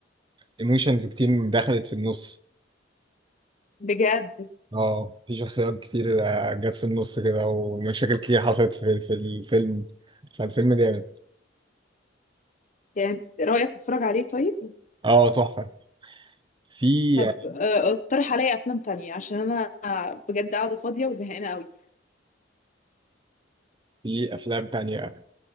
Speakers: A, on the right; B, on the left.
A: ايموشنز كتير دخلت في النص
B: بجد
A: اه في شخصيات كتير آه، جت في النص كده ومشاكل كتير حصلت في في الفيلم فالفيلم جامد
B: يعني رأيك اتفرج عليه طيب
A: اه تحفة في
B: طب آه، اقترح عليا افلام تانية عشان انا بجد قاعدة فاضية وزهقانة قوي
A: في افلام تانية